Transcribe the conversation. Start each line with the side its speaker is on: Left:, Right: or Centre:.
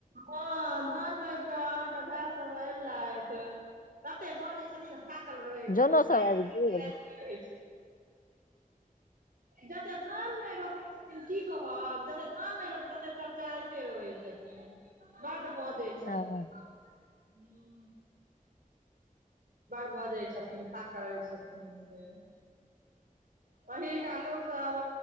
Right: ह धान रोइप के अहाँके भाय सब एलैथ कते बजै छथिन थाकल रहै
Left: जनो
Right: छथिन
Left: सब
Right: भैर
Left: आबि
Right: चिलचिलाती
Left: गेल
Right: रहै छथिन जते धान नै रोपै छथिन की कहब जते धान नै रोयप तत्ते चड़चराते रहै छथिन बड्ड बजै
Left: आँय
Right: छथिन हू बर बजै छथिन थाकल रहै छथिन से पहिलका लोक सब